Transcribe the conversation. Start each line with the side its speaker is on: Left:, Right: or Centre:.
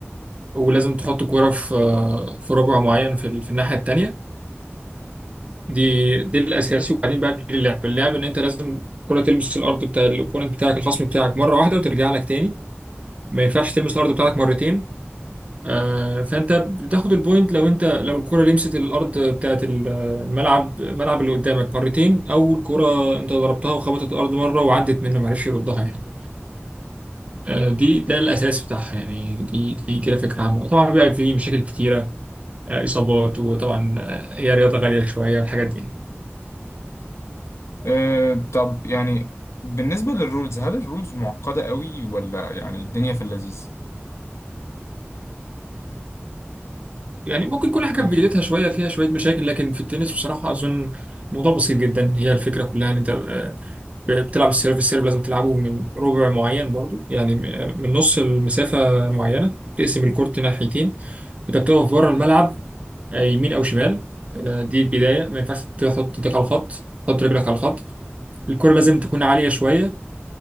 Right: ولازم تحط كوره في آه، في ربع معين في ال- في الناحيه التانيه دي دي الاساسي وبعدين بقى بتبتدي اللعب اللعب ان انت لازم الكوره تلمس الارض بتاع الاوبوننت بتاعك الخصم بتاعك مره واحده وترجع لك تاني ما ينفعش تلمس الارض بتاعتك مرتين آه، فانت بتاخد البوينت لو انت لو الكرة لمست الارض بتاعت الملعب الملعب اللي قدامك مرتين او الكرة انت ضربتها وخبطت الارض مرة وعدت منه معرفش يردها يعني آه، دي ده الاساس بتاعها يعني دي دي كده فكرة عامة طبعا بقى في مشاكل كتيرة آه، اصابات وطبعا آه، هي رياضة غالية شوية الحاجات دي
Left: أه طب يعني بالنسبة للرولز هل الرولز معقدة قوي ولا يعني الدنيا في اللذيذ؟
Right: يعني ممكن كل حاجة
Left: يعني
Right: في بدايتها شوية فيها شوية مشاكل لكن في التنس بصراحة أظن الموضوع بسيط جدا هي الفكرة كلها إن أنت آه، ب- بتلعب السيرف السيرف لازم تلعبه من ربع معين برضو يعني آه، من نص المسافة معينة تقسم الكورت ناحيتين أنت بتقف بره الملعب آه، يمين أو شمال آه، دي البداية ما ينفعش تحط ايدك على الخط تحط رجلك على الخط الكرة لازم تكون عالية شوية